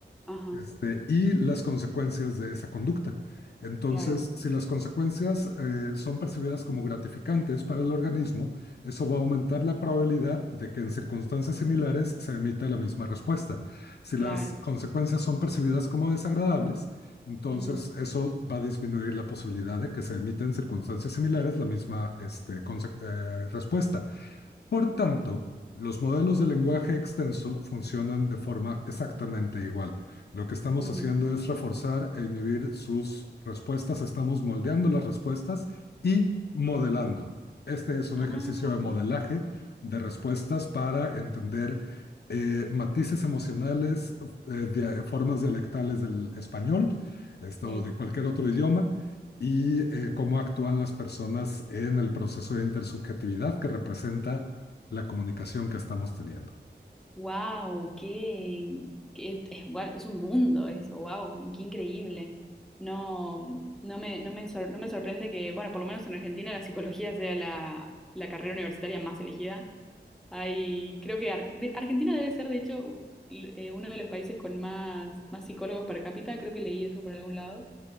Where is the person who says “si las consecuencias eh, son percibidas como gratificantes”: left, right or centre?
Left